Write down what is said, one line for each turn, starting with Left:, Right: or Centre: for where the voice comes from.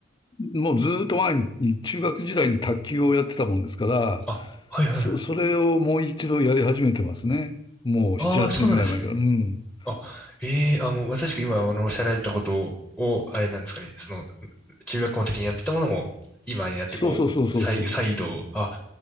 Left: もうずーっと前に中学時代に卓球をやってたもんですから、
Centre: あ、はいはいはい。
Left: そ、それをもう一度やり始めてますね。もう7、
Centre: ああ、
Left: 8年ぐらい前から。
Centre: そうなんですね。
Left: うん。
Centre: あ、ええあ、もうまさしく今、あの、おっしゃられたことを、あれなんですかね。その、中学校の時にやってたものも、今になってこう、
Left: そうそうそうそうそう。
Centre: 再、再度、あ、